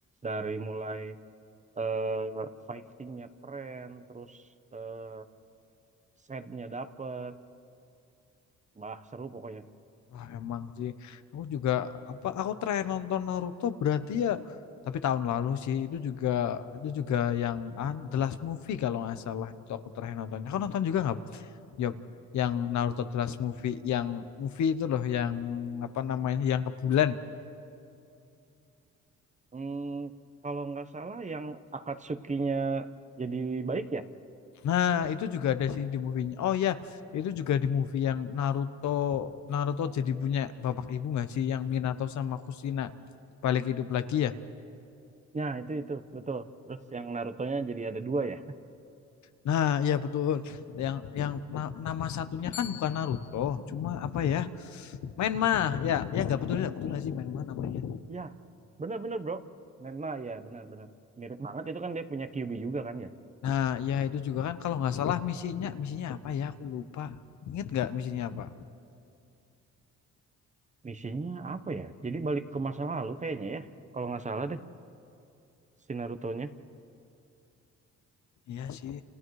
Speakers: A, on the right; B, on the left.
A: dari mulai eh, fightingnya keren, terus eh, setnya dapet, bah seru pokoknya.
B: Wah emang sih. Aku juga apa? Aku terakhir nonton Naruto berarti ya tapi tahun lalu sih itu juga itu juga yang ah, The Last Movie kalau nggak salah itu aku terakhir nonton. Aku nonton juga nggak? Yok yang Naruto The Last Movie yang movie itu loh yang apa namanya yang ke bulan.
A: Hmm, kalau nggak salah yang Akatsuki-nya jadi baik ya?
B: Nah, itu juga ada sini di movie-nya. Oh ya, itu juga di movie yang Naruto Naruto jadi punya bapak ibu nggak sih yang Minato sama Kushina balik hidup lagi ya.
A: Ya, itu itu betul. Terus yang Naruto-nya jadi ada dua ya.
B: Nah, ya betul. Yang yang na- nama satunya kan bukan Naruto, cuma apa ya? Menma. Ya, ya nggak betul nggak betul nggak sih Menma namanya.
A: Ya, benar-benar bro. Menma ya, benar-benar. Mirip banget itu kan dia punya Kyuubi juga kan ya.
B: Nah, ya itu juga kan kalau nggak salah misinya misinya apa ya? Aku lupa. Ingat nggak misinya apa?
A: Misinya apa ya? Jadi balik ke masa lalu kayaknya ya. Kalau nggak salah deh si Naruto-nya.
B: Iya sih.